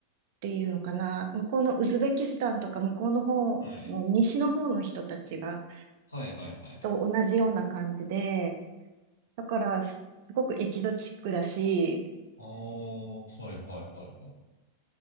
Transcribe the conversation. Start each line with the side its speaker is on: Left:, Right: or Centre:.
Right: ていうのかな。向こうのウズベキスタンとか向こうの方の西の方の人たちが、
Left: はい。はいはいはい。
Right: と同じような感じで、だからす、すごくエキゾチックだし、
Left: ああ、はいはいはいはい。